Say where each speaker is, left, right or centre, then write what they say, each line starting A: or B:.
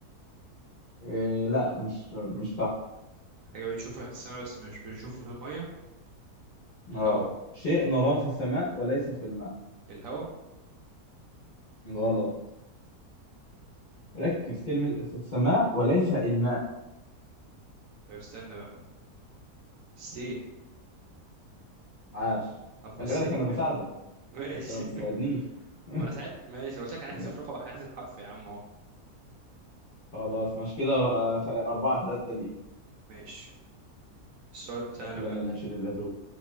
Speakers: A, on the left; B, on the right.
A: إيه لا مش مش صح
B: حاجة بنشوفها في السماء بس مش بنشوفها في المية الهواء
A: اه شيء نراه في السماء وليس في الماء
B: الهواء
A: غلط
B: مم.
A: ركز كلمة في السماء وليس الماء
B: طب استنى بقى السين
A: عاش
B: حرف
A: خلي
B: الس
A: بالك
B: <laughs>
A: أنا بساعدك
B: ماشي
A: أنت ما بتساعدنيش <laughs>
B: ما انا ساعات ماشي لو قلت لك هنحذف
A: لا،
B: رقم هنحذف حرف يا عم اهو
A: خلاص مش كده آه، خ- أربعة ثلاثة ليك
B: ماشي السؤال بتاعنا
A: شكلي
B: بقى
A: أنا اللي هشيل اللزوم